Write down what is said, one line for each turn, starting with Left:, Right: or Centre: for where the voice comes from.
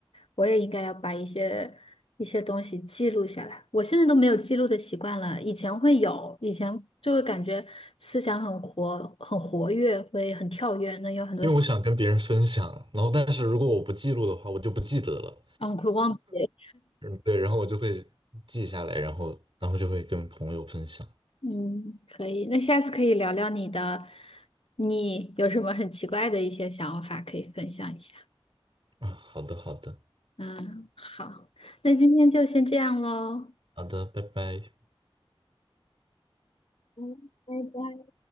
Left: 我也应该要把一些一些东西记录下来。我现在都没有记录的习惯了，以前会有，以前就会感觉思想很活很活跃，会很跳跃，能有很多想，
Right: 因为我想跟别人分享，然后但是如果我不记录的话，我就不记得了。
Left: 嗯，会忘记。
Right: 嗯，对，然后我就会记下来，然后然后就会跟朋友分享。
Left: 嗯，可以。那下次可以聊聊你的，你有什么很奇怪的一些想法可以分享一下？
Right: 啊，好的，好的，
Left: 嗯，好，那今天就先这样喽。
Right: 好的，拜拜。
Left: 嗯，拜拜。